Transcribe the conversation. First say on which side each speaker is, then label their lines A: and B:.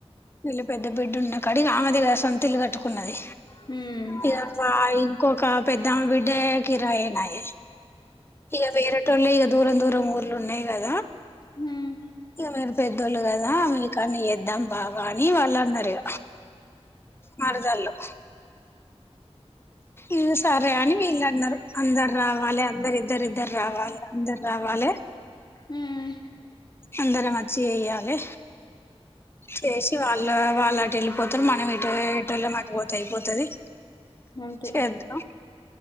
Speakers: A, on the left; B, on the left.
A: వీళ్ళ పెద్ద బిడ్డున్న కాడిగ ఆమె కదా సంతిల్లు కట్టుకున్నది
B: హ్మ్
A: ఇక ఇంకొక పెద్దామా బిడ్డ కిరాయేనాయే ఇగ వేరేటోళ్ళు ఇగ దూరం దూరం ఊర్లు ఉన్నయి క
B: హ్మ్
A: ఇగ మరి పెద్దోళ్ళు గదా మీ కాన్నే చేద్దాం బావ అని వాళ్ళన్నరిగ మరదళ్ళు ఇగ సరే అని వీళ్ళన్నరు అందర్ రావాలె అందర్ ఇద్దరిద్దర్ రావాలె అందర్ రావాలె
B: హ్మ్
A: అందరం వచ్చి చెయ్యాలె చేసి వాళ్ళ వాళ్ళు అటు ఎళ్ళిపోతరు మనం ఇటు ఎటోలం అటు పోతే అయిపోతది.
B: అంతే
A: చేద్దాం